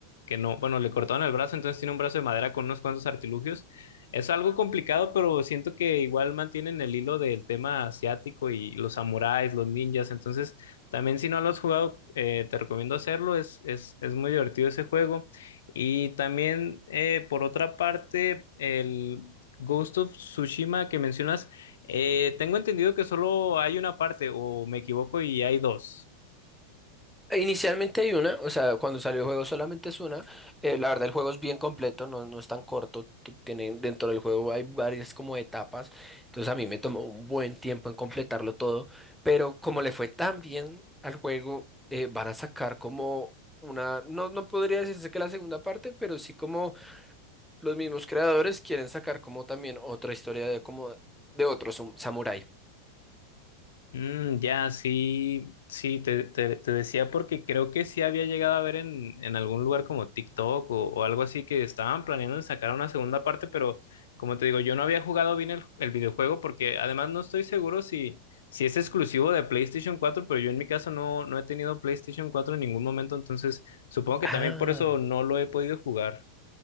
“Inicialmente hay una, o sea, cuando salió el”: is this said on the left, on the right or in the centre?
Centre